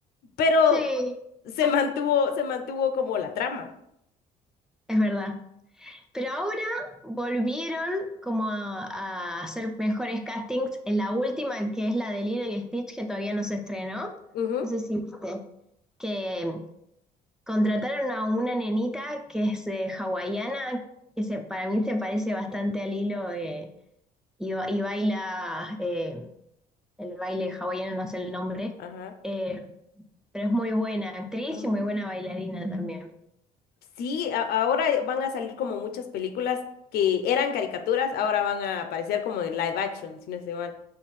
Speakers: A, on the left; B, in the centre.
A: pero
B: Sí,
A: se
B: mm,
A: mantuvo, se mantuvo como la trama.
B: es verdad. Pero ahora volvieron como a, a hacer mejores castings en la última, que es la de Lilo y Stitch, que todavía no se estrenó.
A: Ujú.
B: No sé si viste. Que contrataron a una nenita que es eh, hawaiana, que se, para mí se parece bastante a Lilo eh, y, ba- y baila eh, el baile hawaiano, no sé el nombre.
A: Ajá.
B: Eh, pero es muy buena actriz
A: Ah.
B: y muy buena bailarina también.
A: Sí, a- ahora van a salir como muchas películas que eran caricaturas, ahora van a aparecer como en live action, si no estoy mal.